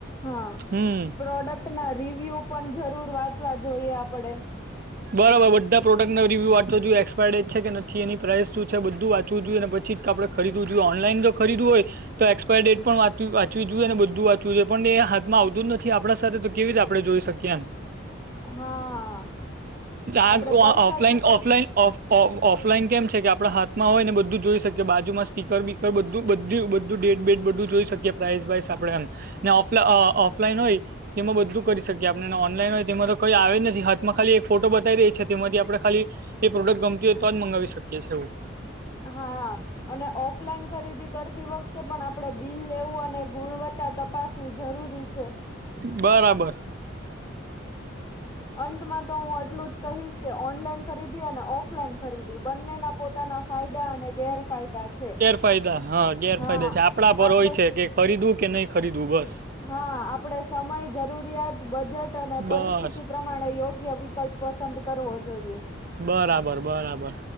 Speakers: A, on the left; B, on the right.
A: હા
B: હમ
A: પ્રોડક્ટ ના રિવ્યુ પણ જરૂર વાંચવા જોઈએ આપણેે
B: બરાબર બધા પ્રોડક્ટનો રિવ્યૂ વાચવા જોએ એક્સપાયર ડેટ છે કે નથી એ પ્રઇસ શું છે બધું વાચવું જોઈએ અને. ચિત આપણે ખરીદવું જોઈએ ઓનલાન જો ખરીદું હોય. તો એક્સપાયર ડેટ પણ વાંવી જોઈએ અને બધું વાંચવું જોઈએ પણ એ હાથમાં આવતું જ નથી આપડા સાથે તો કેવીીતે આપણે જોઈ શકીએ એમ
A: હા
B: આ
A: આપડે પૈસા
B: ઓફલાઇન
A: ચુકવ
B: ઓફલાઇન ઓફ ઓફલાઈન કેમ છે કે આપડણા હાથમાં હોય ને બધું જોઈ શકીએ બાજુમાં સીર બીકર બધું બધ બધું ડેટ બેટ બધું જોઈ શકીએ પ્રાઇસ વાઇસ આપડે એમ ને ઓફ ઓફલાઈન હોય તેમાં બધું કરી શકીએ આપણેને ઓનલાઈન હોય તેમાં તો કઈ આવે જ નથી માં ખાલી એક ફોટો બતાવી રહી છે તેમાંથી આપણે ખાલી એ પ્રોડક્ટ ગમતી હોય તો જ મંગાવી શકીએ છી એવું
A: હા અને ઓફલાઈન ખરીદી કરતી વખતે તે પણ આપડણે બિલ લેવું અને ગુણવત્તા તપાસવી જરૂરી છે.
B: બરાબર.
A: અંતમાં તો હું આટલું જ કહીશ કે ઓનલાઈન ખરીદી અને ઓફલાઈન ખરીદી બંનેના પોતા પોતાના ફાયદા અને ગેરફાયદા છે
B: ફાયદા હા ગેરફાયદા
A: હા
B: છે આપડા પર
A: આપડે
B: હોય છે કે ખરીદવું કે નહી ખરીદવું બસ
A: હા આપડે સમય જરૂરિયાત બજેટ અને પરિસ્થિતિ
B: બસ
A: પ્રમા પ્રમાણે યોગ્ય વિકલ્પ પસંદ કરવો જોઈએ
B: બરાબર બરાબર